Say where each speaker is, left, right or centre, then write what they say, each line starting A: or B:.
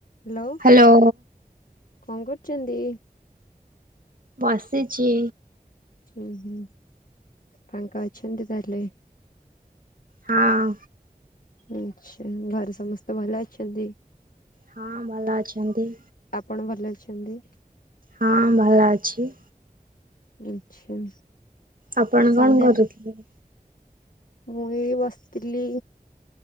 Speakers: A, on the left; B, on the right.
A: ହାଲୋ।
B: ହାଲୋ।
A: କଣ କରୁଚନ୍ତି?
B: ବସିଚି।
A: ଉଁ ହୁଁ ଫାଙ୍କା ଅଛନ୍ତି ତାହେଲେ।
B: ହଁ।
A: ଆଚ୍ଛା ଘରେ ସମସ୍ତେ ଭଲ ଅଛନ୍ତି?
B: ହଁ ଭଲ ଅଛନ୍ତି।
A: ଆପଣ ଭଲ ଅଛନ୍ତି?
B: ହଁ ଭଲ ଅଛି।
A: ଆଚ୍ଛା।
B: ଆପଣ କଣ
A: ସନ୍ଧ୍ୟାରେ
B: କରୁଥିଲେ?
A: ମୁଁ ଏଇ ବସିଥିଲି।